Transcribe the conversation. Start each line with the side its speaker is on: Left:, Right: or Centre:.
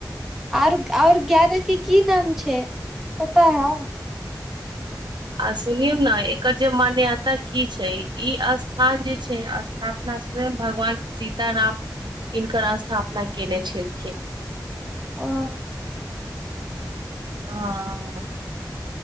Centre: आर और एग्यारह केँ की नाम छै पता है
Right: आ सुनियऔ न एकर जे मान्यता की छै ई स्थान जे छै स्था पन स्वयं भगवान सीत राम हिनकर स्थापना केने छलखिन
Centre: ओ
Right: हऽ